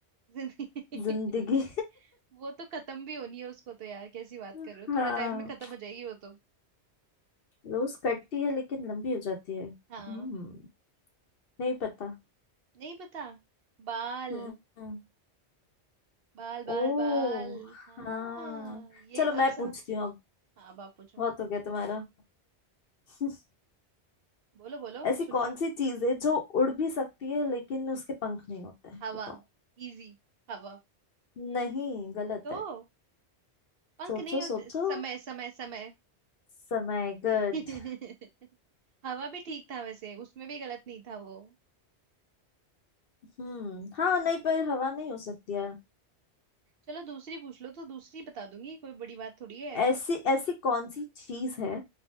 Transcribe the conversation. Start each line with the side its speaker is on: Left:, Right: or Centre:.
Right: जिंदगी
Left: जिंदगी
Right: <laughs> वो तो खत्म भी होनी है उसको तो यार कैसी बात
Left: <laughs>
Right: कर रहे हो
Left: हाँ
Right: थोड़े टाइम में खत्म हो जाएगी वो तो
Left: रोज कटती है लेकिन लंबी हो जाती है हम्म
Right: हाँ
Left: नहीं पता
Right: नहीं पता बाल
Left: हम्म
Right: बाल बाल
Left: ओ
Right: बाल
Left: हाँ
Right: हाँ ये
Left: चलो मैं
Right: आप समझ
Left: पूछती हूँ अब
Right: हाँ बाप पूछो
Left: बहुत हो गया तुम्हारा <laughs>
Right: बोलो बोलो
Left: ऐसी
Right: सुन
Left: कौन
Right: रही हूँ
Left: सी चीज है जो उड़ भी सकती है लेकिन उसके पंख नहीं होते हैं
Right: हवा
Left: बताओ
Right: इजी हवा
Left: नहीं गलत
Right: तो
Left: है
Right: पंख
Left: सोचो
Right: नहीं होते
Left: सोचो
Right: समय समय समय
Left: समय गुड
Right: <laughs> हवा भी ठीक था वैसे उसमें भी गलत नहीं था वो
Left: हम्म हाँ नहीं पर हवा नहीं हो सकती यार
Right: चलो दूसरी पूछ लो तो दूसरी बता दूंगी कोई बड़ी बात थोड़ी है
Left: ऐसी ऐसी कौन सी चीज है